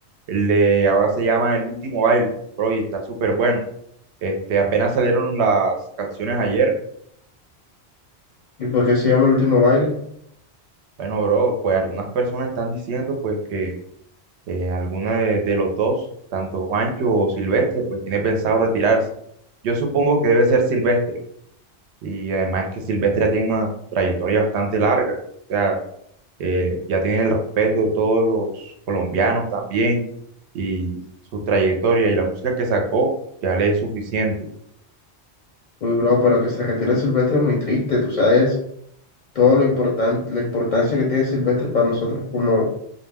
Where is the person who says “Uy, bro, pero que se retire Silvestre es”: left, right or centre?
Left